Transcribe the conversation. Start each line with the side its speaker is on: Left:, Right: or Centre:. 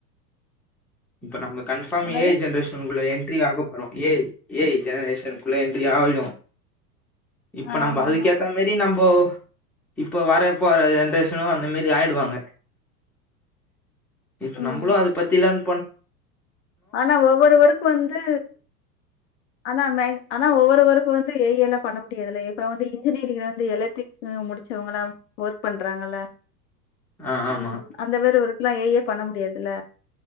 Centre: இப்ப நம்ப கன்பார்ம்
Left: என்னது?
Centre: ஏஜ் ஜென்ரேஷன் உக்குள்ள என்ட்ரி ஆக போறோ ஏஜ ஏஐ ஜனரேஷன் குள்ள என்ட்ரி ஆயிடு இப்ப
Left: ஆமாமா.
Centre: நம்ப அதுக் ஏத்தா மேரி நம்ப் போ இப்ப வர போற ஜென்ரேஷனு அந்த மேரி ஆயிடுவாங்க இப்
Left: ம்.
Centre: நம்புளு அத பத்திலன்
Left: ஆனா ஒவ்வொருவருக்கு வந்து ஆனா மேக் ஆனா ஒவ்வொரு ஒர்க்கு வந்து ஏயி எல்லா பண்ண முடியாதுல்ல இப்ப வந்து இன்ஜினியரிங்ல வந்து எலட்ரிக் உ முடிச்சவுங்களா ஓர்க் பண்றாங்கல்ல
Centre: ஆ ஆமா
Left: ம் அந்த மேரி ஒருக்லா ஏஏ பண்ண முடியாதுல